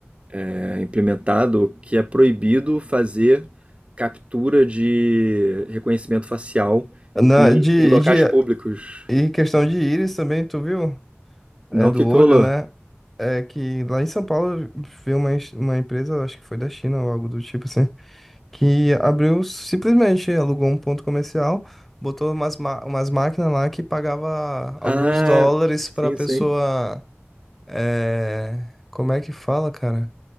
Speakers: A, on the right; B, in the centre.
A: é, implementado que é proibido fazer captura de reconhecimento facial
B: Na,
A: e,
B: de,
A: em locais
B: de
A: públicos.
B: E questão de íris também, tu viu? É
A: Não, o
B: do
A: que
B: olho,
A: que rolou?
B: né? É que lá em São Paulo veio uma, ins- uma empresa, acho que foi da China ou algo do tipo assim, que abriu simplesmente, alugou um ponto comercial, botou umas, ma- umas máquinas lá que pagava alguns
A: Ah,
B: dólares
A: sim,
B: pra pessoa.
A: sim.
B: É... Como é que fala, cara?